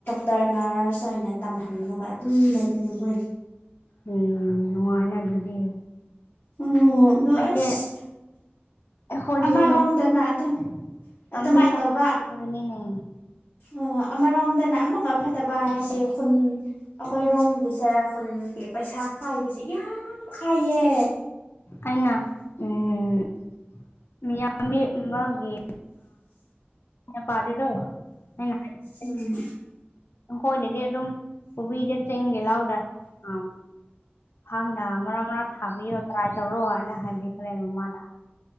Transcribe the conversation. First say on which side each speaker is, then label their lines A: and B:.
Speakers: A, on the left (about 50°); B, on the left (about 70°).
A: ꯇꯔ ꯅꯔꯁ ꯑꯣꯏꯅ ꯇꯝꯍꯜꯂꯒ ꯑꯗꯨꯝ ꯂꯩꯕꯅꯦ ꯃꯣꯏ
B: ꯎꯝ ꯅꯨꯡꯉꯥꯏꯅ ꯑꯗꯨꯗꯤ
A: ꯎꯝ ꯑꯗꯣ
B: ꯑꯩꯗꯤ
A: ꯑꯁ
B: ꯑꯩꯈꯣꯏꯗꯤ
A: ꯑꯃꯔꯣꯝꯗꯅ ꯑꯗꯨꯝ
B: ꯂꯝꯕꯤꯅ
A: ꯑꯗꯨꯃꯥꯏꯅ ꯇꯧꯕ
B: ꯐꯠꯇꯕꯒꯤꯅꯤꯅꯦ
A: ꯑꯣ ꯑꯃꯔꯣꯝꯗꯅ ꯑꯃꯛꯀ ꯐꯠꯇꯕ ꯍꯥꯏꯁꯦ ꯈꯨꯟ ꯑꯈꯣꯏ ꯔꯣꯝꯒꯤꯁꯦ ꯈꯨꯟꯒꯤ ꯄꯩꯁꯥ ꯈꯥꯏꯕꯁꯦ ꯌꯥꯝ ꯈꯥꯏꯌꯦ
B: ꯑꯩꯅ <unintelligible> ꯑꯃꯒꯤ <unintelligible>
A: ꯎꯝ
B: ꯑꯈꯣꯏꯅꯗꯤ ꯑꯗꯨꯝ ꯀꯣꯕꯤꯗ ꯆꯦꯡꯒꯤ ꯂꯥꯎꯗ ꯑ ꯐꯥꯝꯅ ꯃꯔꯥꯛ ꯃꯔꯥꯛ ꯊꯥꯕꯤꯌꯣ ꯇ꯭ꯔꯥꯏ ꯇꯧꯔꯣ ꯍꯥꯏꯅ ꯍꯥꯏꯕꯤꯈ꯭ꯔꯦ ꯃꯃꯥꯗ